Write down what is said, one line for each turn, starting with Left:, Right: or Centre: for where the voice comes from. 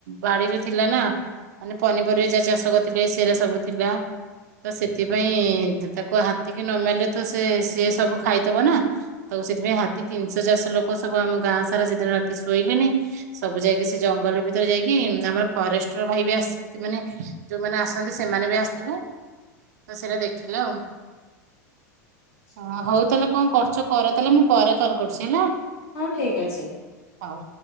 Right: ବାଡିରେ ଥିଲା ନା ମାନେ ପନିପରିବା ଯାହା ଚାଷ କରିଥିଲେ ସେରା ସବୁ ଥିଲା। ତ ସେଥିପାଇଁ ତାକୁ ହାତୀ କିି ନ ମାଇଲେ ତ ସେ ସିଏ ସବୁ ଖାଇଦବ ନା। ତ ସେଥିପାଇଁ ହାତୀ ତିନଶ ଚାରଶ ଲୋକ ସବୁ ଆମ ଗାଁ ସାରା ସେଦିନ ରାତି ଶୋଇଲେନି। ସବୁ ଯାଇକି ସେ ଜଙ୍ଗଲ ଭିତରେ ଯାଇକି ଆମର ଫରେଷ୍ଟ ଷ୍ଟ୍ର ଭାଇ ବି ଆସିଛନ୍ତି ମାନେ ଯୋଉମାନେ ଆସନ୍ତି ସେମାନେ ବି ଆସିଥିଲେ। ତ ସେଇଟା ଦେଖିଲେ ଆଉ।
Left: ଆଚ୍ଛା
Right: ହଁ ହଉ ତାଲେ କଣ କରୁଛ କର ତାଲେ ମୁଁ ପରେ କଲ୍ କରୁଛି ହେଲା।
Left: ହଉ ଠିକ୍ ଅଛି।
Right: ହଉ।